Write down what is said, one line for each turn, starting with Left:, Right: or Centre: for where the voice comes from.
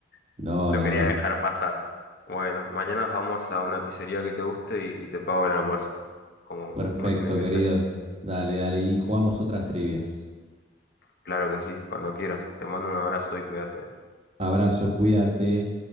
Left: <laughs>
Right: No,
Left: Lo
Right: no,
Left: quería
Right: no.
Left: dejar pasar. Bueno, mañana vamos a una pizzería que te guste y, y te pago el almuerzo, como,
Right: Perfecto,
Left: como tiene que
Right: querido.
Left: ser.
Right: Dale, dale y jugamos otras trivias.
Left: Claro que sí, cuando quieras. Te mando un abrazo y cuídate.
Right: Abrazo, cuídate.